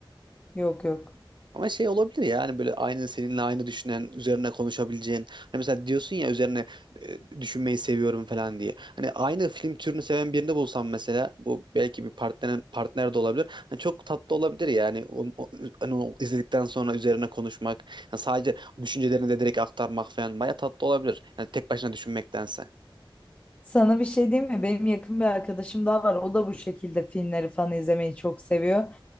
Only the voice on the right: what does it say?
Ama şey olabilir ya hani böyle aynı seninle aynı düşünen, üzerine konuşabileceğin. Hani mesela diyorsun ya üzerine e, düşünmeyi seviyorum falan diye. Hani aynı film türünü seven birini bulsam mesela bu belki bir partner partner de olabilir. Hani çok tatlı olabilir yani. Onu, o- hani o izledikten sonra üzerine konuşmak, yani sadece düşüncelerini de direkt aktarmak falan baya tatlı olabilir. Yani tek başına düşünmektense.